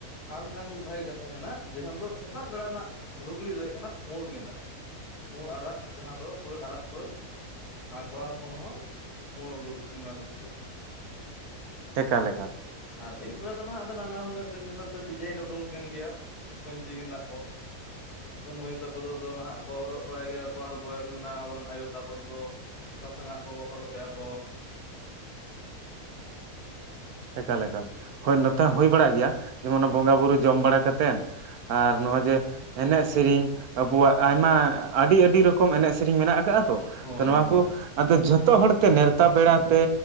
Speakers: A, on the left; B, on the right.
A: ᱟᱨ ᱢᱤᱫᱴᱟᱝ ᱵᱷᱟᱜᱮ ᱠᱟᱛᱷᱟ ᱠᱟᱱᱟ ᱡᱟᱦᱟᱸ ᱫᱚ ᱥᱮᱛᱟᱜ ᱵᱮᱲᱟ ᱨᱮᱱᱟᱜ ᱞᱩᱜᱽᱲᱤ ᱫᱚ ᱦᱩᱭᱩᱜ ᱠᱟᱱᱟ ᱯᱩᱸᱬ ᱜᱮᱸᱫᱟᱜ ᱯᱩᱬ ᱟᱨᱟᱜ ᱡᱟᱦᱟᱸ ᱫᱚ ᱯᱟᱹᱲ ᱟᱨᱟᱜ ᱯᱟᱹᱲ ᱟᱨ ᱠᱚᱲᱟ ᱦᱚᱯᱚᱱ ᱦᱚᱸ ᱯᱩᱬ ᱢᱟᱱᱮ ᱫᱷᱩᱛᱤ
B: ᱮᱠᱟᱞ ᱮᱠᱟᱞ
A: ᱟᱨ ᱟᱹᱭᱩᱵ ᱵᱮᱲᱟ ᱫᱚ ᱱᱟᱦᱜ ᱟᱫᱚ ᱱᱟᱱᱟ ᱦᱩᱱᱟᱹᱨ ᱱᱮᱛᱟᱨ ᱫᱚ ᱰᱤᱡᱟᱭᱤᱱ ᱩᱰᱩᱠ ᱠᱟᱱ ᱜᱮᱭᱟ ᱯᱟᱧᱪᱤ ᱜᱮᱫᱟᱜ ᱠᱚ ᱢᱟᱹᱭ ᱛᱟᱠᱚᱫᱚ ᱱᱟᱦᱟᱜ ᱠᱚ ᱦᱚᱨᱚᱜ ᱵᱟᱲᱟᱭ ᱜᱮᱭᱟ ᱠᱚ ᱟᱨ ᱢᱟᱱᱮ ᱟᱵᱚᱨᱮᱱ ᱟᱭᱳ ᱛᱟᱠᱚᱫᱚ ᱥᱟᱥᱟᱝᱟᱜ ᱠᱚᱠᱚ ᱦᱚᱨᱚᱜ ᱜᱮᱭᱟ ᱠᱚ
B: ᱮᱠᱟᱞ ᱮᱠᱟᱞ ᱦᱳᱭ ᱱᱚᱛᱮ ᱦᱚᱸ ᱦᱩᱭ ᱵᱟᱲᱟᱜ ᱜᱮᱭᱟ ᱡᱮᱢᱚᱱ ᱵᱚᱸᱜᱟ ᱵᱩᱨᱩ ᱡᱚᱢ ᱵᱟᱲᱟ ᱠᱟᱛᱮᱫ ᱟᱨ ᱱᱚᱜᱼᱚᱭ ᱡᱮ ᱮᱱᱮᱡ ᱥᱮᱨᱮᱧ ᱟᱵᱚᱣᱟᱜ ᱟᱭᱢᱟ ᱟᱹᱰᱤ ᱟᱹᱰᱤ ᱨᱚᱠᱚᱢ ᱮᱱᱮᱡ ᱥᱮᱨᱮᱧ ᱢᱮᱱᱟᱜ ᱟᱠᱟᱫᱟᱼᱟ ᱛ
A: ᱦᱳᱭ
B: ᱛᱚ ᱱᱚᱣᱟ
A: ᱦᱳᱭ
B: ᱠᱚ ᱟᱫᱚ ᱡᱷᱚᱛᱚ ᱦᱚᱲᱛᱮ ᱱᱮᱣᱛᱟ ᱯᱮᱲᱟᱛᱮ